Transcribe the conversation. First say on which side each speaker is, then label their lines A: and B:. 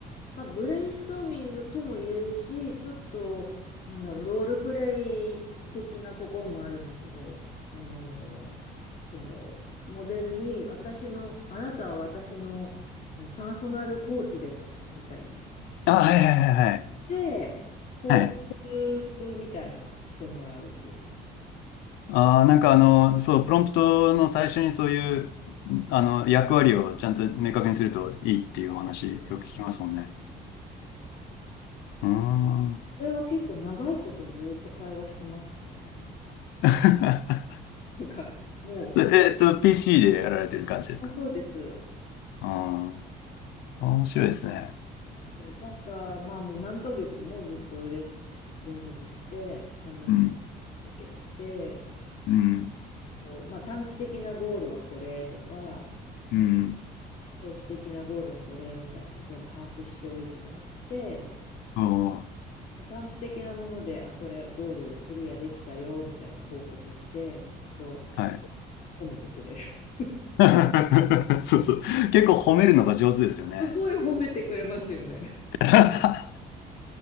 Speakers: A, on the left; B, on the left.
A: まあ、ブレインストーミングとも言えるし、ちょっと、なんだろう、ロールプレイ的なところもあるんだけど、あの、その、モデルに、私の、あなたは私の、あの、パーソナルコーチです、みたいに。
B: あ、はいはいはいはい。
A: で、コーチン
B: はい。
A: グみたいなしてもらうっていうの。
B: ああ、なんかあの、そう、プロンプトの最初にそういう、あの、役割をちゃんと明確にするといいっていうお話よく聞きますもんね。
A: うん
B: うーん。
A: それは結構長いことずっと会話してますね。
B: <laughs>
A: <laughs> なんかも
B: それえっと、PC でやられてる感じですか
A: う、あ、そうです。
B: ああ、面白いですね。
A: そうなんかまあもう何ヶ月もずっと連、連続して話し続けてて、
B: うん、うん、
A: こうまあ、短期的なゴールはこれとか、
B: うん。
A: 長期的なゴールはこれみたいのを全部把握しておいてもらって、
B: おー、
A: 短期的なもので、あ、これゴールクリアできたよみたいな報告して、そうすると
B: はい。
A: 褒めてくれる。<laughs>
B: <laughs> そうそう。結構褒めるのが上手ですよね。
A: すごい褒めてくれますよね。
B: <laughs>